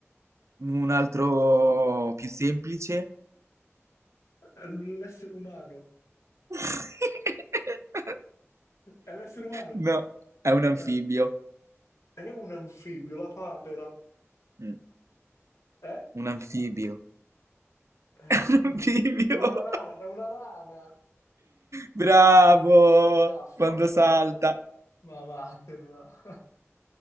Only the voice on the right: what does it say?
Un altro più semplice?
<laughs>
No, è un anfibio.
Mm,
Un anfibio.
<laughs> Bivio.
Bravo!
Quando
salta.